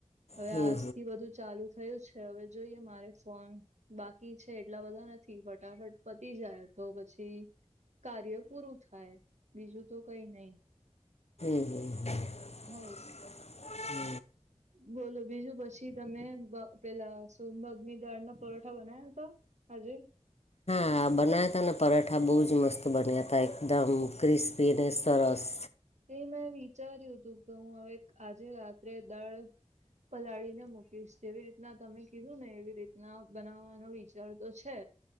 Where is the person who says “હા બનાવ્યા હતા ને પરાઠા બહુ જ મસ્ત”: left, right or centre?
Left